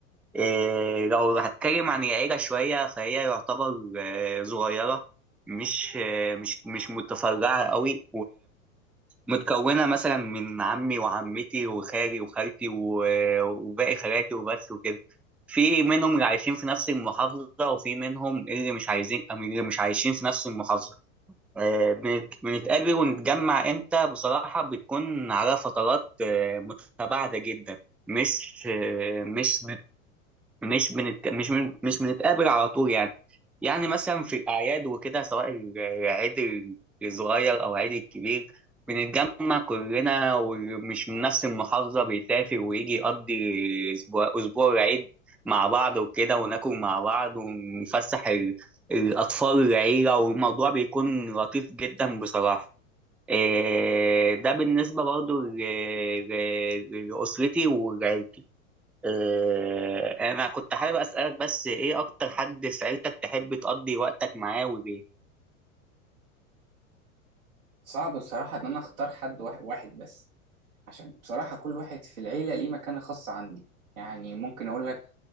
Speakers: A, in the centre; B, on the right.
A: إيه، لو هتكلم عن العيلة شوية فهي يعتبر آه، صغيرة مش آه، مش مش متفرعة قوي ومتكونة مثلا من عمي وعمتي وخالي وخالتي و- وباقي خالاتي وبس وكده في منهم اللي عايشين في نفس المحافظة وفي منهم اللي مش عايزين أم اللي مش عايشين في نفس المحافظة آه، بنت- بنتقابل ونتجمع امتى بصراحة بتكون على فترات آه، متباعدة جدا مش آه، مش مش بنت... مش من... مش بنتقابل على طول يعني يعني مثلا في الأعياد وكده سواء العيد الصغير أو العيد الكبير بنتجمع كلنا ومش من نفس المحافظة بيسافر ويجي يقضي أسبوع أسبوع العيد مع بعض وكده وناكل مع بعض ونفسح ال... الأطفال العيلة والموضوع بيكون لطيف جدا بصراحة إيه، ده بالنسبة برضو ل- ل- لأسرتي وعيلتي آه، انا كنت حابب اسالك بس ايه اكتر حد في عيلتك تحب تقضي وقتك معاه وليه
B: صعب بصراحة إن أنا أختار حد واحد واحد بس عشان بصراحة كل واحد في العيلة ليه مكانة خاصة عندي يعني ممكن أقول لك